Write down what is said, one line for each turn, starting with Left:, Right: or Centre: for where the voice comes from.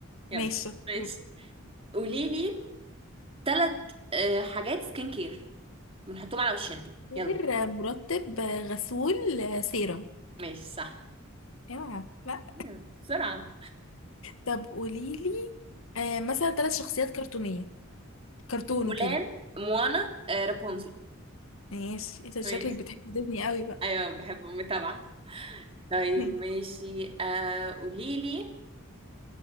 Right: يلا
Left: ماشي شطور
Right: ماشي قولي لي ثلاث حاجات سكين كير بنحطهم على وشنا
Left: غير
Right: يلا
Left: آه، مرطب آه، غسول آه، سيرم
Right: ماشي صح
Left: يا لا
Right: يلا بسرعة
Left: طب قولي لي آه مثلا ثلاث شخصيات كرتونية كرتون
Right: مولان
Left: وكده
Right: موانا آه، رابونزل
Left: ماشي انت شكلك
Right: ماشي
Left: بتحب ديزني قوي
Right: أيوة بحبه متابعة طيب
Left: بقى
Right: ماشي آه، قولي لي